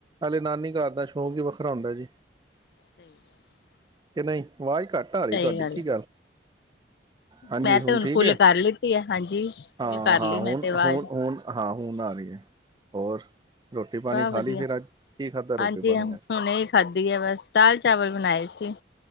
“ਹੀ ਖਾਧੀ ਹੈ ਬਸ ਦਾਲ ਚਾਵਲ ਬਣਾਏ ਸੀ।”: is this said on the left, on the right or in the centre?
Left